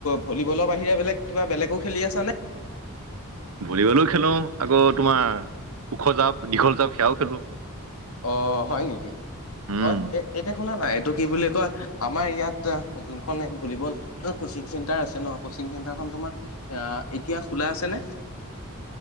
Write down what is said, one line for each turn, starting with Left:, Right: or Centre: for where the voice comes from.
Left: ভলীবলৰ বাহিৰে বেলে কিবা বেলেগো খেলি আছানে।
Right: ভলীবলো খেলো আকৌ তোমাৰ ওখ জাপ দীঘল জাপ সেয়াও খেলো।
Left: অ হয় নেকি
Right: উম,
Left: অ এ এতিয়া, শুনা নাই এইটো কি বুলি কয় আমাৰ ইয়াত যোনখননে ভলীবল কচিং চেণ্টাৰ আছে ন। <unintelligible> তোমাৰ এতিয়া খোলা আছে নে।